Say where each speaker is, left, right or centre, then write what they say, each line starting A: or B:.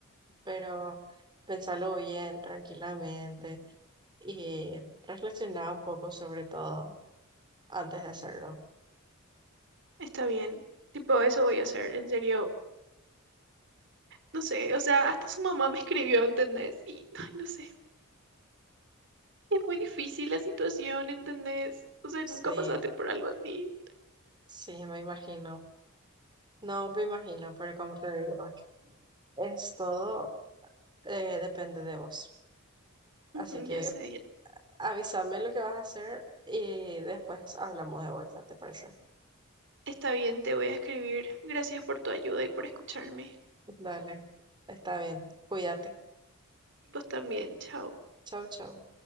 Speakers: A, on the right; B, on the right.
A: Pero pensalo bien, tranquilamente y reflexiona un poco sobre todo antes de hacerlo.
B: Está bien. Tipo, eso voy a hacer, en serio. No sé, o sea, hasta su mamá me escribió, ¿entendés? Y, ay, no sé. Es muy difícil la situación, ¿entendés? O sea, nunca
A: Sí,
B: pasaste por algo así.
A: sí, me imagino. No, me imagino, pero como te digo, es todo, eh, depende de vos. Así
B: Ujú,
A: que
B: ya sé, ya.
A: avísame lo que vas a hacer y después hablamos de vuelta, ¿te parece?
B: Está bien, te voy a escribir. Gracias por tu ayuda y por escucharme.
A: Dale, está bien. Cuídate.
B: Vos también, chao.
A: Chau, chau.